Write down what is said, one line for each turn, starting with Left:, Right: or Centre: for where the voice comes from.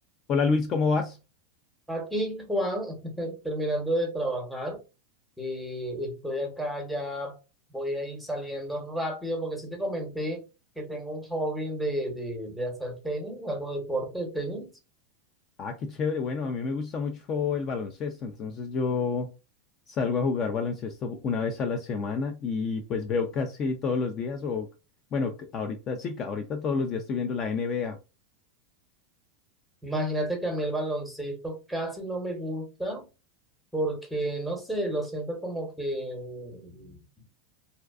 Left: Hola Luis, ¿cómo vas?
Centre: Aquí, Juan, <laughs> terminando de trabajar, eh, estoy acá ya, voy a ir saliendo rápido porque sí te comenté que tengo un hobby de, de, de hacer tenis, hago deporte de tenis.
Left: Ah, qué chévere. Bueno, a mí me gusta mucho el baloncesto, entonces yo salgo a jugar baloncesto una vez a la semana y pues veo casi todos los días o bueno, c- ahorita sí, ca- ahorita todos los días estoy viendo la NBA.
Centre: Imagínate que a mí el baloncesto casi no me gusta porque, no sé, lo siento como que mm,